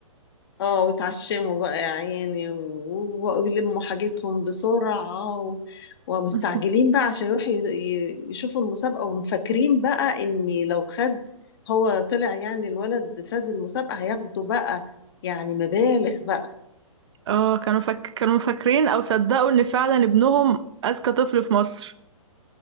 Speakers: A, on the left (about 45°); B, on the right (about 50°).
A: اه وتعشموا بقى يا عيني و- ويلموا حاجتهم بسرعة و... ومستعجلين
B: <laughs>
A: بقى عشان يروحوا ي- ي- يشوفوا المسابقة ومفكرين بقى ان لو خد هو طلع يعني الولد فاز المسابقة هياخدوا بقى يعني مبالغ بقى
B: اه كانوا فك... كانوا فاكرين أو صدقوا إن فعلا ابنهم أذكى طفل في مصر